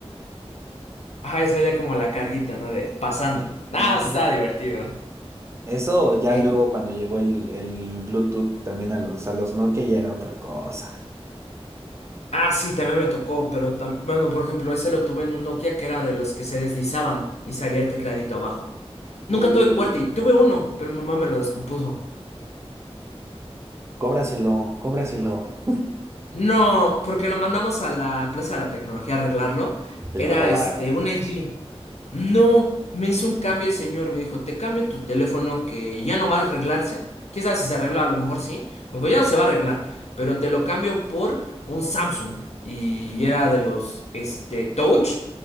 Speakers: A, on the left; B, on the right.
A: Ajá, esa era como la carguita, ¿no? De pasando. Ah,
B: wow.
A: sí estaba divertido.
B: Eso ya
A: Eh,
B: luego cuando llegó el, el Bluetooth también a los, a los Nokia ya era otra cosa.
A: ah, sí, también me tocó, pero tam- bueno, por ejemplo, ese lo tuve en un Nokia que era de los que se deslizaban y salía el tecladito abajo. Nunca
B: Uh,
A: tuve QWERTY, tuve uno, pero mi mamá me lo descompuso.
B: cóbraselo, cóbraselo.
A: No, porque lo mandamos a la Plaza de la Tecnología a arreglarlo.
B: <laughs> Te
A: Era
B: lo robaron.
A: este, un LG. No, me hizo un cambio el señor, me dijo, te cambio tu teléfono que ya no va a arreglarse. Quién sabe si se arregla? a lo mejor sí. Me dijo, ya no se va a arreglar, pero te lo cambio por un Samsung. Y era de los, este, Touch